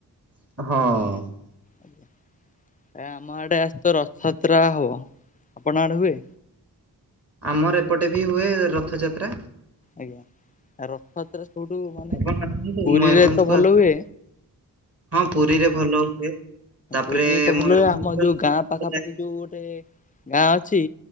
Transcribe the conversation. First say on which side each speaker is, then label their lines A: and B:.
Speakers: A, on the right (about 35°); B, on the left (about 20°).
A: ହଁ
B: ଆଜଞା ଆମ ଆଡେ ଆସ ତ ରଥଯାତ୍ରା ହବ ଆପଣ ଆଡେ ହୁଏ
A: ଆମର ଏପଟେ ବି ହୁଏ ରଥଯାତ୍ରା
B: ଆଜ୍ଞା ରଥପାତ୍ରା ସବୁଠୁ ମାନେ
A: ଆପଣ ଆସନ୍ତୁ
B: ପୁରୀରେ
A: ମୟୂରଭଞ୍ଜକୁ
B: ତ ଭଲ
A: ଆସ
B: ହୁଏ
A: ହଁ ପୁରୀରେ ଭଲ ହୁଏ ତାପରେ
B: ପୁରୀ ଯ ତ ଭଲ
A: ମୟୂରଭଞ୍ଜର
B: ହୁଏ ଆମର ଯୋଉ ଗାଁ ପାଖାପାଖି ଯୋଉ ଗୋଟେ ଗାଁ ଅଛି